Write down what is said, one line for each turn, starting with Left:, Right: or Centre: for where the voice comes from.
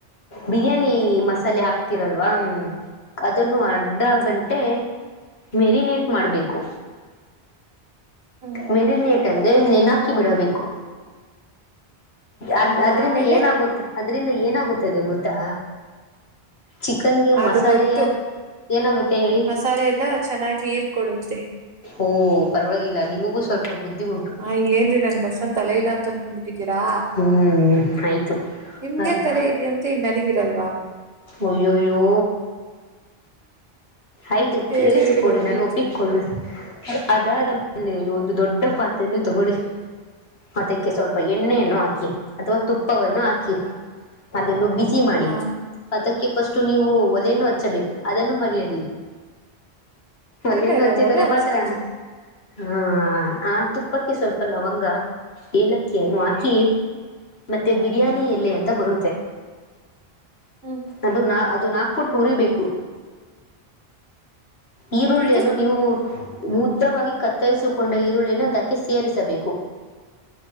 Left: ಬಿರಿಯಾನಿ ಮಸಾಲೆ ಹಾಕ್ತಿರಲ್ವಾ ಅದನ್ನು ಆಡ್ ಅರ್ಧ
Right: ಹ್ಮ್,
Left: ಗಂಟೆ ಮೆರಿನೇಟ್ ಮಾಡಬೇಕು
Right: ಹ್ಮ್.
Left: ಮೆ ರಿನೇಟ್ ಅಂದ್ರೆ ನೆನಾಕಿ ಬಿಡಬೇಕು. ಅದ್
Right: ಆ,
Left: ಅದ್ರಿಂದ
Right: ಆಮೇಲೆ
Left: ಏನಾಗತ್ ಅದ್ರಿಂದ ಏನಾಗುತ್ತದೆ ಗೊತ್ತಾ. ಚಿಕನ್ಗೆ
Right: ಅದು
Left: ಮಸಾಲೆಯ.
Right: ಗೊತ್ತು
Left: ಏನಾಗುತ್ತೆ ಹೇಳಿ.
Right: ಮಸಾಲೆ ಎಲ್ಲ ಚೆನ್ನಾಗಿ ಹೀರ್ಕೊಳ್ಳುತ್ತೆ.
Left: ಓಹೊ ಪರವಾಗಿಲ್ಲ ನಿಮಗೂ ಸ್ವಲ್ಪ ಬುದ್ಧಿ ಉಂಟು.
Right: ಹಾ ಏನ್ ನನ್ ಬಸನ್ ತಲೆ ಇಲ್ಲ ಅಂತ ಅನ್ಕೊಬಿಟ್ಟಿದ್ದೀರಾ
Left: ಹ್ಮ್ ಆಯ್ತು
Right: ನಿಮ್ಗೆ
Left: ಅದ್
Right: ತಲೆ ಇದೆಯ ತ್ತೆ ನನಗಿರಲ್ವಾ.
Left: ಒಯಯೋ. ಆಯ್ತು
Right: ಹೇಳಿ
Left: ಕೇಳಿಸಿಕೊಳ್ಳು
Right: ಹೇಳಿ ಹೋಗ್ಲಿ.
Left: ನಾನು ಒಪ್ಪಿಕೊಳ್ಳು. ಅದಾದ ಮೇಲೆ ಒಂದು ದೊಡ್ಡ ಪಾತ್ರೆನು ತೊಗೊಳ್ಳಿ. ಅದಕ್ಕೆ ಸ್ವಲ್ಪ ಎಣ್ಣೆಯನ್ನು ಹಾಕಿ ಅಥವಾ ತುಪ್ಪವನ್ನು ಹಾಕಿ ಅದನ್ನು ಬಿಸಿ ಮಾಡಿ.
Right: ಹಾ,
Left: ಅದಕ್ಕೆ ಪಸ್ಟ್ ನೀವು ಒಲೆಯನ್ನು ಹಚ್ಚಬೇಕು ಅದನ್ನು ಮರೆಯದಿರಿ. ಒಲೆಯನ್ನು
Right: ಇಲ್ಲ ಇಲ್ಲ
Left: ಹಚ್ಚಿದರೆ
Right: ಒಲೆ ಹಚ್ತೀವಿ.
Left: ಮಾತ್ರ. ಹಾಂ ಆ ತುಪ್ಪಕ್ಕೆ ಸ್ವಲ್ಪ ಲವಂಗ ಏಲಕ್ಕಿಯನ್ನು ಹಾಕಿ. ಮತ್ತೆ ಬಿರಿಯಾನಿ ಎಲೆ ಅಂತ ಬರುತ್ತೆ.
Right: ಹ್ಮ್,
Left: ಅದು ನಾ ಅದುನಾಕ್ ಪುಟ್ಟ್ ಹುರಿ ಬೇಕು. ಈರುಳ್ಳಿಯನ್ನು
Right: ಉರಿದು
Left: ನೀವು ಉದ್ದವಾಗಿ ಕತ್ತರಿಸಿಕೊಂಡ ಈರುಳ್ಳಿಯನ್ನು ಅದಕ್ಕೆ ಸೇರಿಸಬೇಕು.